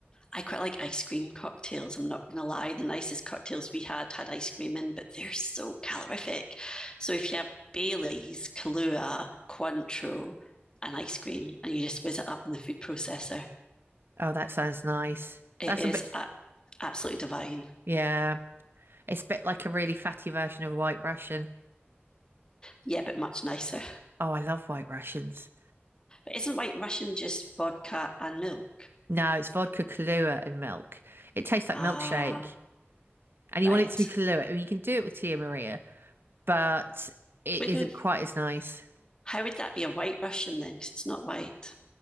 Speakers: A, on the left; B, on the right.
A: I quite like ice cream cocktails. I'm not going to lie. The nicest cocktails we had had ice cream in, but they're so calorific. So if you have Bailey's, Kahlua, Cointreau, and ice cream, and you just whiz it up in the food processor,
B: Oh, that sounds nice.
A: it
B: That's
A: is
B: a bit,
A: a- absolutely divine.
B: yeah. It's a bit like a really fatty version of White Russian.
A: Yeah, but much nicer.
B: Oh, I love White Russians.
A: But isn't White Russian just vodka and milk?
B: No, it's vodka, Kahlua, and milk. It tastes like
A: Ah,
B: milkshake,
A: uh,
B: and you
A: right.
B: want it to be Kahlua, and you can do it with Tia Maria. but it
A: Wouldn't
B: isn't quite as nice.
A: how would that be a White Russian then? Because it's not white.